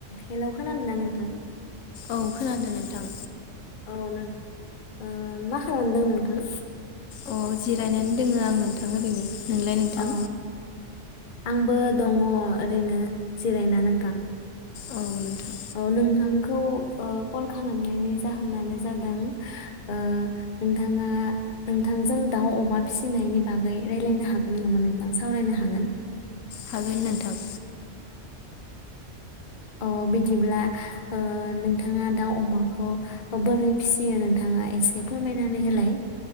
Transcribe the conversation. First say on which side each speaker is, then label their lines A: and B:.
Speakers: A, on the left; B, on the left.
A: Hello खोनादोंना नोंथां?
B: औ खोनादों नोंथां।
A: औ नों ओ मा खालामदों नोंथां?
B: अ जिरायनानै दङो आं नोंथाङा ओरैनो। नोंलाय नोंथां?
A: अ आंबो दङ ओरैनो जिरायना नोंथां।
B: औ नोंथां
A: औ नोंथांखौ ओ कल खालामनायनि जाहोनानो जादों ओ नोंथाङा नोंथांजों दाउ अमा फिसिनायनि बागै रायजलायनो हागोन नामा नोंथां सावरायनो हागोन?
B: हागोन नोंथां।
A: अ बिदिब्ला ओ नोंथाङा दाउ अमाखौ बोरै फिसियो नोंथाङा एसे फोरमायनानै होला।